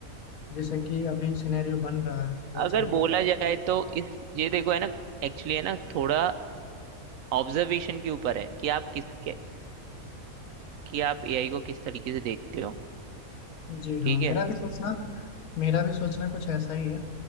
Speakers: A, on the left (about 75°); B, on the right (about 70°).
A: जैसे कि अभी सिनेरियो बन रहा है बहुत
B: अगर
A: सारे लोग
B: बोला जाए तो इस ये देखो है ना एक्चुअली है ना थोड़ा ऑब्जर्वेशन के ऊपर है कि आप किस के, कि आप एआई को किस तरीके से देखते हो
A: जी हाँ
B: ठीक
A: मेरा
B: है
A: भी सोचना मेरा भी सोचना कुछ ऐसा ही है